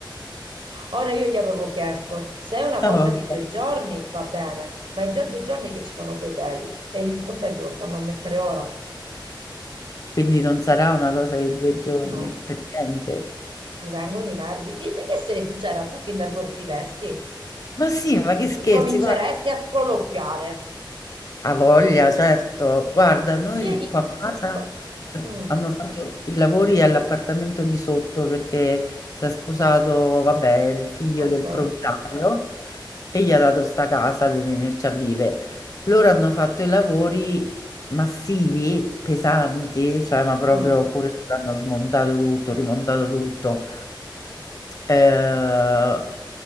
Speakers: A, on the right; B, on the left.
A: Ora io gli avevo chiesto se è una
B: No,
A: cosa
B: vabbè.
A: di due giorni va bene, ma è già due giorni che ci sono quei teli e il ponteggio lo stanno a mettere ora.
B: Quindi non sarà una cosa di due giorni,
A: No.
B: per niente.
A: Ti vengono i nervi? Di- devi essere sincera, tu ti innervosiresti,
B: Ma sì, ma che scherzi,
A: incominceresti
B: guarda,
A: a sproloquiare.
B: Ha voglia, certo. Guarda, noi
A: Ieri...
B: qua a casa
A: Gu- Mm,
B: hanno fatto i lavori all'appartamento di sotto perché si è sposato, vabbè, il figlio
A: ok.
B: del proprietario e gli ha dato sta casa per venirci a vivere. Loro hanno fatto i lavori massivi, pesanti, cioè ma proprio
A: Mm.
B: pure loro hanno smontato tutto, rimontato tutto. Eh,